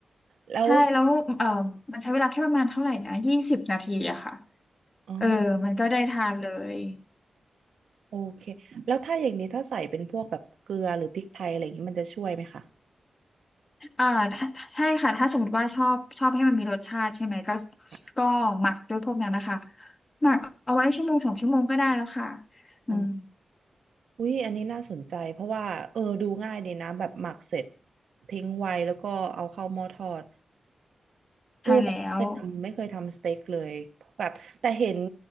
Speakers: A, on the right (about 80°); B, on the left (about 35°).
A: แล้ว
B: ใช่แล้วลูกเออมันใช้เวลาแค่ประมาณเท่าไหร่นะยี่สิบนาทีอะค่ะ
A: อ๋อ
B: เออมันก็ได้ทานเลย
A: โอเคแล้วถ้าอย่างนี้ถ้าใส่เป็นพวกแบบเกลือหรือพริกไทยอะไรอย่างนี้มันจะช่วยไหมคะ
B: อ่าถ้าใช่ค่ะถ้าสมมติว่าชอบชอบให้มันมีรสชาติใช่ไหมก็
A: อ่ะ
B: ก็หมักด้วยพวกนั้นนะคะหมักเอาไว้ชั่วโมงสองชั่วโมงก็ได้แล้วค่ะอืม
A: อ๋อ อุ้ยอันนี้น่าสนใจเพราะว่าเออดูง่ายดีนะแบบหมักเสร็จทิ้งไว้แล้วก็เอาเข้าหม้อทอดเออไม่เคยทำไม่เคยทำสเต็กเลยแบบแต่เห็น
B: ใช่แล้ว